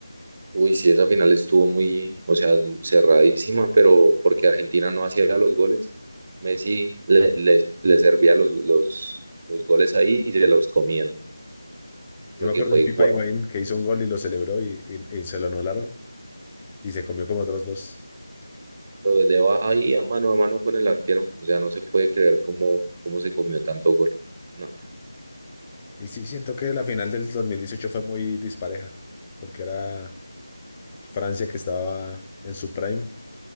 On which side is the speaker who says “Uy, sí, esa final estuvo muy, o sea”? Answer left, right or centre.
Right